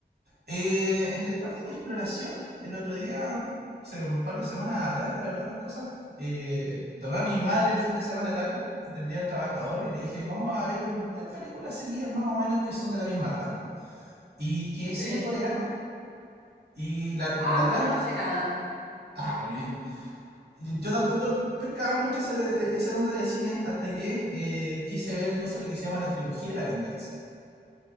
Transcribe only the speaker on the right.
Eh, entre parte de mi exploración, el otro día, hace un par de semanas atrás, la verdad, las cosas, eh, tomé a mi madre el fin de semana largo del Día del Trabajador y le dije, vamos a ver un- tres películas seguidas más o menos que son de la misma trama y que es
cine coreano y la, pe-
la
trama...
Ah, muy bien. Yo tampoco pescaba mucho esa, esa onda de cine hasta que eh, quise ver entonces lo que se llama la trilogía de la venganza.